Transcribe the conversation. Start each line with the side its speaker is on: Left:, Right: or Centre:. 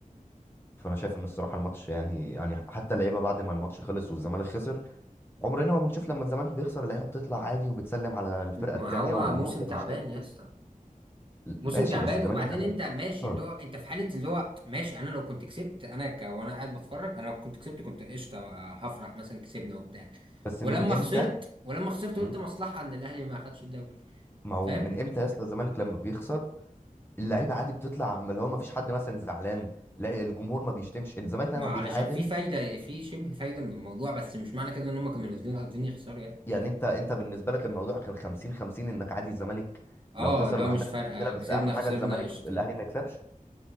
Left: فانا شايف ان الصراحه الماتش يعني يعني حتى اللعيبه بعد ما الماتش خلص والزمالك خسر عمرنا ما بنشوف لما الزمالك بيخسر اللعيبه بتطلع عادي وبتسلم على الفرقه
Right: ما
Left: التانيه
Right: هو
Left: والجمهور
Right: موسم
Left: ما
Right: تعبان
Left: بيشتكي
Right: يا اسطى موسم
Left: ماشي
Right: تعبان
Left: بس الزمالك
Right: وبعدين
Left: لما
Right: انت ماشي
Left: آه.
Right: اللي هو انت في حالة اللي هو ماشي انا لو كنت كسبت انا ك... وانا قاعد بتفرج انا لو كنت كسبت كنت قشطة بقى، هفرح مثلا كسبنا وبتاع
Left: بس
Right: ولما
Left: من امتى
Right: خسرت ولما خسرت
Left: م?
Right: قلت مصلحة ان الاهلي ما خدش الدوري
Left: ما هو
Right: فاهم
Left: من امتى يا اسطى الزمالك لما بيخسر اللعيبه عادي بتطلع عم- اللي هو ما فيش حد مثلا زعلان لا الجمهور ما بيشتمش الزمالك
Right: ما
Left: لما
Right: علشان
Left: بيتعادل
Right: في فايدة في شبه فايدة من الموضوع بس مش معنى كده ان هم كانوا نازلين قاصدين يخسروا يعني
Left: يعني انت انت بالنسبه لك الموضوع كان 50 50 انك عادي الزمالك
Right: اه
Left: لو خسر
Right: اللي هو
Left: ما
Right: مش
Left: عندكش
Right: فارقه
Left: مشكله
Right: كسبنا
Left: بس اهم حاجه
Right: خسرنا
Left: الزمالك
Right: قشطه
Left: الاهلي
Right: يعني
Left: ما يكسبش